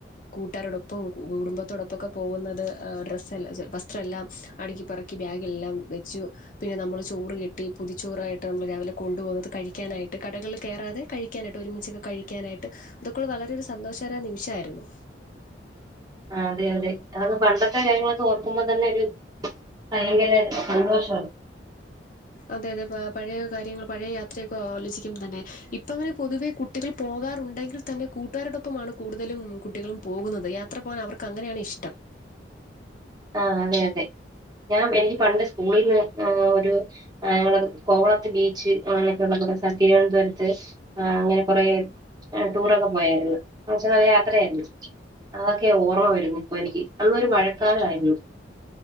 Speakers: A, on the left (about 45°); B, on the right (about 20°).
A: കൂട്ടാരോടൊപ്പം കുടുംബത്തോടൊപ്പംക്കെ പോകുന്നത് ഡ്രസ്സ്ല്ല വസ്ത്രം എല്ലാം അടുക്കിപ്പറക്കി ബാഗെല്ലാം വെച്ചു പിന്നെ നമ്മള് ചോറ് കെട്ടി പൊതിച്ചോറായിട്ട് നമ്മള് രാവിലെ കൊണ്ടു പോകന്നുന്നത് കഴിക്കാനായിട്ട് കടയിൽ കയറാതെ കഴ ക്കാനായിട്ട് ഒരുമിച്ചൊക്കെ കഴിക്കാനായിട്ട് അതൊക്കെ വളരെ സന്തോഷകരമായ നിമിഷമായിരുന്നു
B: ആ അതെ അതെ അതൊക്കെ പണ്ടത്തെ കാര്യങ്ങളൊക്കെ ഓർക്കുമ്പോ തന്നെ ഒരു ഭയങ്കര സന്തോഷ
A: അതെ അതെ പഴയ കാര്യങ്ങൾ പഴയ യാത്രയൊക്കെ ആലോചിക്ക്പ തന്നെ ഇപ്പ അങ്ങനെ പൊതുവെ കുട്ടികൾ പോകാറുണ്ടെങ്കിൽ തന്നെ കൂട്ടുകാരോടൊപ്പമാണ് കൂടുതലും കുട്ടികളും പോകുന്നത് യാത്ര പോകാൻ അവർക്ക് അങ്ങനെയാണ് ഇഷ്ടം
B: ആ അതെ അതെ ഞാൻ എന്റെ പണ്ട് സ്കൂളിൽ നിന്ന് ഒരു ഞങ്ങള കോവളത്ത് ബീച്ച് അങ്ങനെയൊക്കെ ഉള്ളടെ തിരുവനന്തപുരത്ത് ആഹ അങ്ങനെ കൊറെ ടൂറൊക്കെ പോയായിരുന്നു കുറച്ച നല്ല യാത്രയായിരുന്നു അതൊക്കെ ഓർമ്മ വരുന്നു ഇപ്പൊ എനിക്ക് അന്നൊരു മഴക്കാലമായിരുന്നു